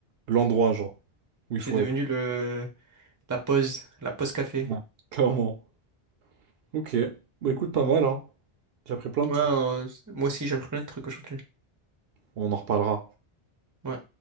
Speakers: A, on the right (about 70°); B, on the right (about 20°).
A: l'endroit, genre, où il
B: C'est
A: faut
B: devenu
A: être,
B: le la pause, la pause café.
A: <laughs> clairement. Ok, bah écoute, pas mal, hein. J'ai appris plein de
B: Ouais,
A: trucs.
B: euh, moi aussi, j'ai appris plein de trucs aujourd'hui.
A: On en reparlera.
B: Ouais.